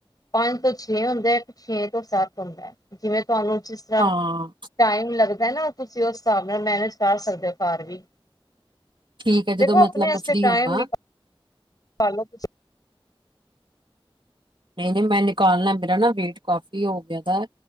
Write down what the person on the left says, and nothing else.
ਪੰਜ ਤੋਂ ਛੇ ਹੁੰਦੈ, ਇੱਕ ਛੇ ਤੋਂ ਸੱਤ ਹੁੰਦੈ ਜਿਵੇਂ ਤੁਹਾਨੂੰ ਜਿਸ ਤਰਾਂ
ਟਾਈਮ ਲੱਗਦੈ ਨਾ ਤੁਸੀਂ ਉਸ ਹਿਸਾਬ ਨਾਲ ਮੈਨੇਜ ਕਰ ਸਕਦੇ ਓ ਘਰ ਵੀ।
ਦੇਖੋ
ਆਪਣੇ ਵਸਤੇ
ਟਾਈਮ
ਨਿ, ਕਾਲੋ ਤੁਸੀਂ।